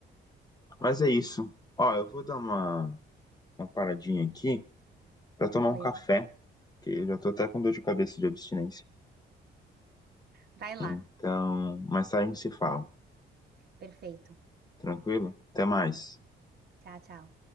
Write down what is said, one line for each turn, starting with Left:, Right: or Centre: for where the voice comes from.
Left: Mas é isso. Ó, eu vou dar uma, uma paradinha aqui para tomar
Right: Beleza,
Left: um café, que eu já tô até com dor de cabeça de abstinência.
Right: vai lá,
Left: Então, mais tarde a gente se fala.
Right: perfeito.
Left: Tranquilo? Até mais.
Right: Tchau, tchau.